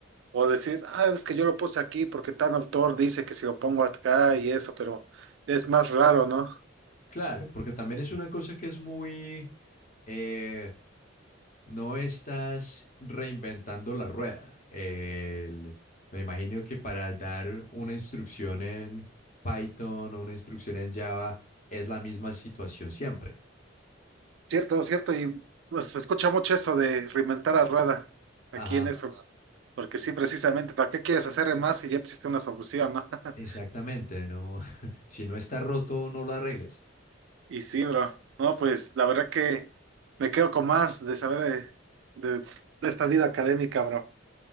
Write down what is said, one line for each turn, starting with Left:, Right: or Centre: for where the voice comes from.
Right: o decir, ah, es que yo lo puse aquí porque tal autor dice que si lo pongo acá y eso, pero es más raro, ¿no?
Left: Claro, porque también es una cosa que es muy... eh, no estás reinventando la rueda. El- me imagino que para dar una instrucción en Python o una instrucción en Java es la misma situación siempre.
Right: Cierto, cierto, y pues, se escucha mucho eso de reinventar a rueda aquí
Left: Ajá,
Right: en eso, porque sí, precisamente, ¿para qué quieres hacer de más si ya existe una solución, no? <laughs>
Left: exactamente, ¿no? <laughs> Si no está roto, no lo arregles.
Right: Y sí, bro, no, pues la verdad que me quedo con más de saber de, de de esta vida académica, bro.